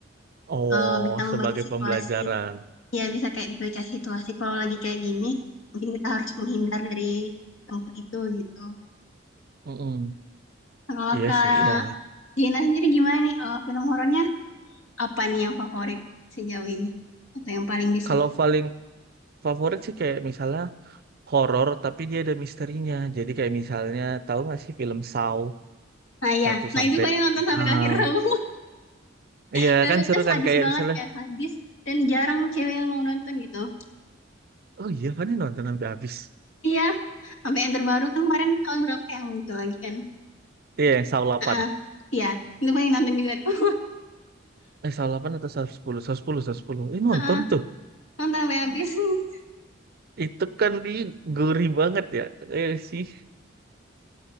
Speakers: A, on the right; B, on the left.
A: oh
B: Eh, bisa membaca
A: sebagai
B: situasi.
A: pembelajaran.
B: Ya bisa kayak baca situasi kalau lagi kayak gini mungkin kita harus menghindar dari tempat itu gitu.
A: Mm-mm.
B: Kalau
A: Iya
B: Kak
A: sih ya.
B: Gina sendiri gimana nih? Eh, film horornya apa nih yang favorit sejauh ini atau yang paling disuka
A: Kalau paling favorit sih kayak misalnya horor tapi dia ada misterinya. Jadi kayak misalnya tahu nggak sih film Saw
B: nah ya
A: satu
B: nah
A: sampai
B: itu kayaknya nonton
A: 6.
B: sampai akhir aku <laughs>
A: Iya
B: balutnya
A: kan seru
B: sadis
A: kan kayak
B: banget
A: misalnya
B: ya sadis dan jarang cewek yang mau nonton gitu
A: oh iya kan nonton sampai habis.
B: iya sampai yang terbaru kan kemarin tahun berapa yang muncul lagi kan
A: Iya, yang Saw 8.
B: Heeh. iya itu paling nonton juga tuh
A: Eh, Saw 8 atau Saw sepuluh, Saw sepuluh, Saw sepuluh.
B: <laughs>
A: Eh, nonton
B: Heeh,
A: tuh.
B: nonton sampai habis <laughs>
A: Itu kan di gurih banget ya. Eh, sih.